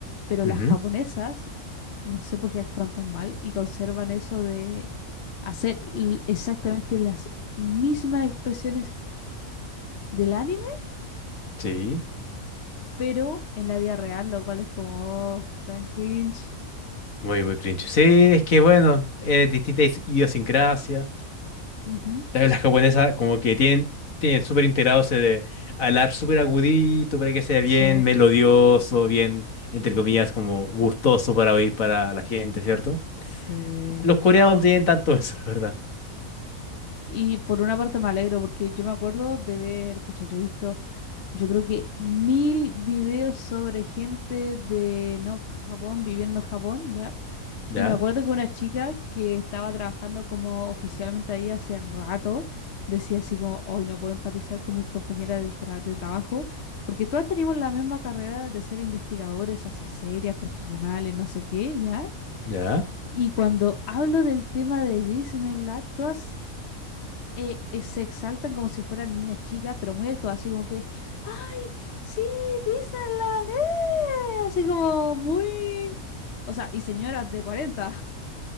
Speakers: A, on the left (about 55°); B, on the left (about 70°).
A: Pero
B: ujú,
A: las japonesas, no sé por qué actúan tan mal y conservan eso de hacer l- exactamente las mismas expresiones del anime,
B: sí.
A: pero en la vida real, lo cual es como, "Oh, tan cringe.
B: Muy, muy cringe. Sí, es que bueno, eh, distintas idiosincrasias.
A: Ujú.
B: También las japonesas como que tienen, tienen súper integrado ese de hablar súper agudito para que sea bien
A: Sí,
B: melodioso, bien, entre comillas, como gustoso para oír para la gente, ¿cierto?
A: sí.
B: Los coreanos no tienen tanto eso, la verdad.
A: Y por una parte me alegro porque yo me acuerdo de ver, pucha, yo he visto, yo creo que mil videos sobre gente de no Japón viviendo en Japón, ¿ya?
B: ¿Ya?
A: Y me acuerdo que una chica que estaba trabajando como oficialmente ahí hace rato, decía así como, hoy no puedo empatizar con mis compañeras del tra- de trabajo, porque todas tenemos la misma carrera de ser investigadores, así serias, profesionales, no sé qué, ¿ya?
B: ¿Ya?
A: Y cuando hablo del tema de Disneyland, todas eh, eh, se exaltan como si fueran niñas chicas, pero muy actuadas, así como que, ¡ah, sí, Disneyland! ¡eh!", Así como muy... O sea, y señoras de cuarenta <laughs>